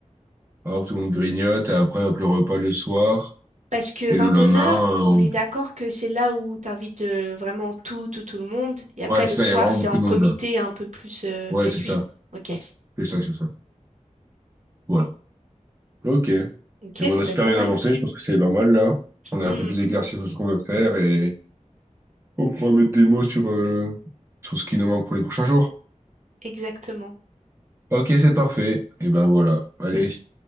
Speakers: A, on the right (about 20°); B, on the right (about 65°).
A: Hop, tout le monde grignote, et après, hop, le repas le soir.
B: Parce que
A: Et
B: vin
A: le lendemain,
B: d'honneur,
A: euh, on...
B: on est d'accord que c'est là où t'invites euh, vraiment tout, tout, tout le monde. Et
A: Ouais,
B: après,
A: c'est
B: le
A: ça,
B: soir,
A: il y a vraiment
B: c'est
A: beaucoup
B: en
A: de
B: comité
A: monde, là.
B: un peu plus euh,
A: Ouais,
B: réduit.
A: c'est ça.
B: Ok.
A: C'est ça, c'est ça. Voilà. Ok. Et
B: Ok,
A: bon,
B: ça
A: on a
B: peut
A: super
B: être pas
A: bien
B: mal.
A: avancé, je pense que c'est pas mal là. On a
B: Hmm,
A: un peu plus éclairci sur ce qu'on veut faire et on pourra mettre des mots sur, euh, sur ce qui nous manque pour les prochains jours.
B: exactement.
A: Ok, c'est parfait. Et ben voilà. Allez,